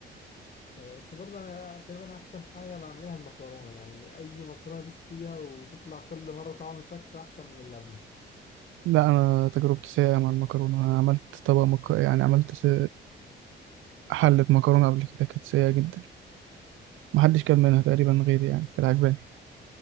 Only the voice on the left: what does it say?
أيوة، بس برضه انا تقريبا احسن حاجة بعملها المكرونة يعني اي مكرونة تدوس فيها وتطلع كل مرة طعم شكله احسن من اللي قبلها